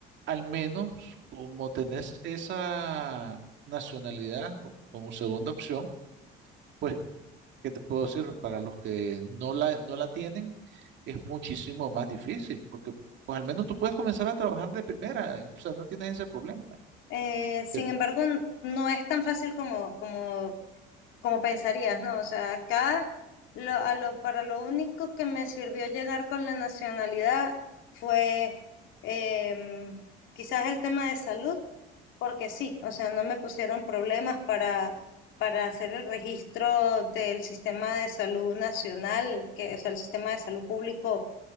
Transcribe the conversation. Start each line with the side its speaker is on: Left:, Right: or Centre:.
Right: al menos como tenés esa nacionalidad co- como segunda opción, pues, ¿qué te puedo decir? Para los que no la, no la tienen, es muchísimo más difícil, porque pues al menos tú puedes comenzar a trabajar de primera, o sea, no tienes ese problema.
Left: eh, sin
Right: Eh,
Left: embargo, n- no es tan fácil como, como, como pensarías, ¿no? O sea, acá lo, a lo, para lo único que me sirvió llegar con la nacionalidad fue em, quizás el tema de salud porque sí, o sea, no me pusieron problemas para, para hacer el registro del sistema de salud nacional, que, o sea, el sistema de salud público